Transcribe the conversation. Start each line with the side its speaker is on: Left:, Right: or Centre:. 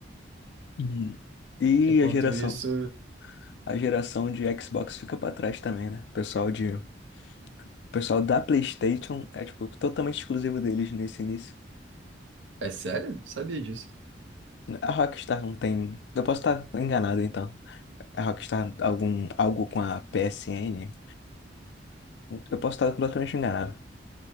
Left: Hum. E
Right: Enquanto
Left: a geração?
Right: isso.
Left: a geração de Xbox fica pra trás também, né? O pessoal de, o pessoal da PlayStation é tipo totalmente exclusivo deles nesse início.
Right: É sério? Sabia disso.
Left: A Rockstar não tem, eu posso estar enganado então. A Rockstar algum algo com a PSN, eu posso estar completamente enganado.